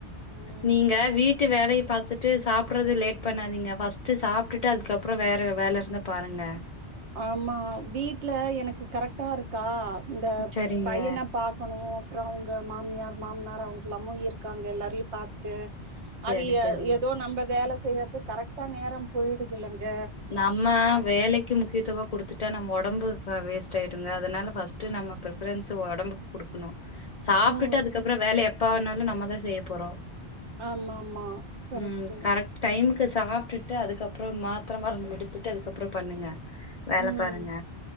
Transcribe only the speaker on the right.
ம்
ஆமா வீட்ல எனக்கு கரெக்டா இருக்கா இந்த
பையன பாத் க்கனு அப்றோ அவுங்க மாமியார் மாமனார் அவங்கல்லாமு இருக்காங்க எல்லாரையு பாத் து
அது ஏ
ஏதோ நம்ப வேல செய்றது கரெக்டா நேரோ போய்டுதுல்லங்க
ம்
ஆமாமா கரெக்ட்டு
ம்